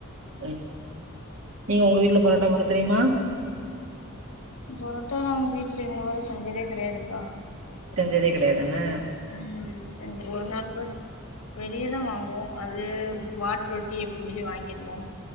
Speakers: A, on the right (about 65°); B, on the left (about 85°).
A: ம் நீங்க உங்க வீட்ல பரோட்டா போட தெரியுமா
B: பொரோட்டா நாங்க வீட்ல இன்ன வரும் செஞ்சதே கெடையாதுக்கா
A: செஞ்சதே கெடையாதுன்ன
B: ம் செஞ் ஒரு நாள் கூட செஞ்ச வெளியதா வாங்குவோ அது வாட் ரொட்டி அப்டின் சொல்லி வாங்கிருவோ